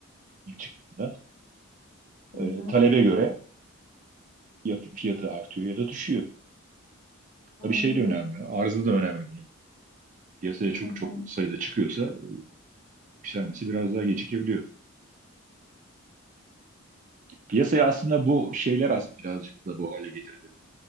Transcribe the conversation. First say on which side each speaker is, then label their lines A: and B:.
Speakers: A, on the right; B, on the left.
A: ilk çıktığında. E,
B: Hı hı.
A: talebe göre ya fiyatı artıyor ya da düşüyor.
B: Anladım.
A: Tabii şey de önemli. Arzı da önemli piyasaya çok
B: Hı hı.
A: çok sayıda çıkıyorsa yükselmesi biraz daha gecikebiliyor. Piyasaya aslında bu şeyler as- birazcık da bu hale getirdi.